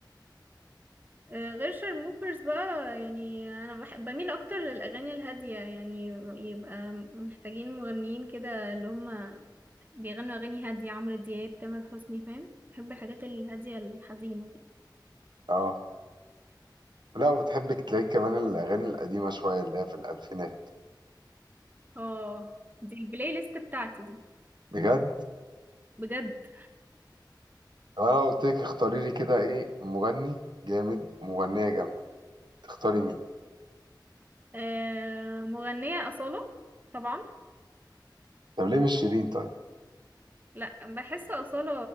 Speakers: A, on the right; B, on the right.
A: آه، غير شارموفرز بقى يعني انا بحب بميل اكتر للاغاني الهاديه يعني يبقى محتاجين مغنيين كده اللي هم بيغنوا اغاني هاديه عمرو دياب تامر حسني فاهم بحب الحاجات الهاديه الحزينه دي
B: اه لا وبتحبك تلاقي كمان الاغاني القديمه شويه اللي هي في الالفينات
A: اه دي البلاي ليست بتاعتي دي
B: بجد
A: بجد
B: طب انا قلت لك اختاري لي كده ايه مغني جامد ومغنيه جامده تختاري مين
A: آه مغنيه اصاله طبعا
B: طب ليه مش شيرين طيب
A: لا بحس اصاله